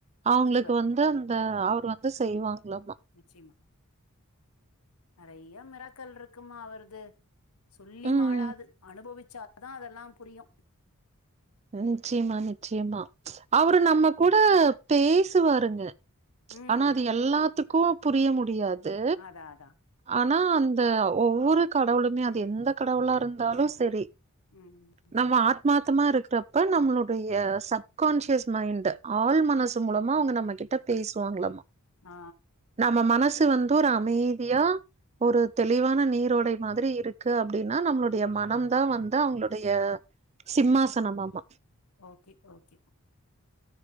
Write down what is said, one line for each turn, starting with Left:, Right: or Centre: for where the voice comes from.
Right: அவங்களுக்கு
Left: குடுத்துருவாரு
Right: வந்து அந்த அவர் வந்து செய்வாங்களாமா
Left: நிச்சயமா நிறய மிராக்கல் இருக்குமா அவரது சொல்லி
Right: ம்.
Left: மாளாது அனுபவிச்சாதா அதெல்லா புரியும்
Right: நிச்சயமா நிச்சயமா அவரு நம்ம கூட பேசுவாருங்க
Left: ம்
Right: ஆனா அது எல்லாத்துக்கும் புரிய முடியாது
Left: தா தா
Right: ஆனா அந்த ஒவ்வொரு கடவுளுமே அது எந்த கடவுளா இருந்தாலும் சரி
Left: ம்
Right: நம்ம ஆத்மாத்தமா இருக்கிறப்ப நம்மளுடைய சப்கான்சியஸ் மைண்டு ஆள் மனசு மூலமா அவங்க நம்ம கிட்ட பேசுவாங்களாமா
Left: ஆ
Right: நம்ம மனசு வந்து ஒரு அமைதியா ஒரு தெளிவான நீரோடை மாதிரி இருக்கு அப்படின்னா நம்மளுடைய மனம தா வந்து அவங்களுடைய சிம்மாசனமாமா
Left: ஓகே ஓகே